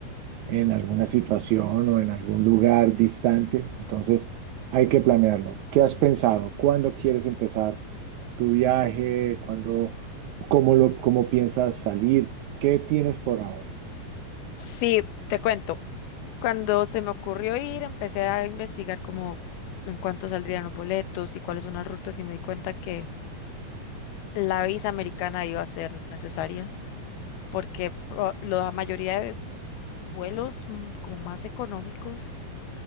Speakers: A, on the right; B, on the left.
A: en alguna situación o en algún lugar distante. Entonces, hay que planearlo. ¿Qué has pensado? ¿Cuándo quieres empezar tu viaje? ¿Cuándo, cómo lo, cómo piensas salir? ¿Qué tienes por ahora?
B: Sí, te cuento. Cuando se me ocurrió ir, empecé a investigar como en cuánto saldrían los boletos y cuáles son las rutas y me di cuenta que la visa americana iba a ser necesaria porque proba- la mayoría de vuelos mm, como más económicos